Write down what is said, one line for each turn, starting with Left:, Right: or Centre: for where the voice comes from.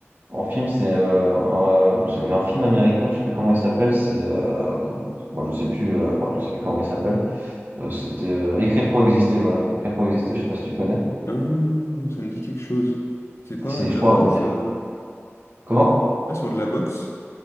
Right: en film, c'est. euh, un, euh, j'avais un film américain, je sais plus comment il s'appelle, c'est. euh, moi, je sais plus, euh, ouais, je sais plus comment il s'appelle. Euh, c'était euh, Écrire pour exister, voilà. Écrire pour exister, je sais pas si tu connais.
Left: Hum, ça me dit quelque chose. C'est pas
Right: C'est,
Left: de
Right: je
Left: la
Right: crois,
Left: boxe?
Right: un de mes-
Left: euh,
Right: Comment?
Left: c'est Pas sur de la boxe?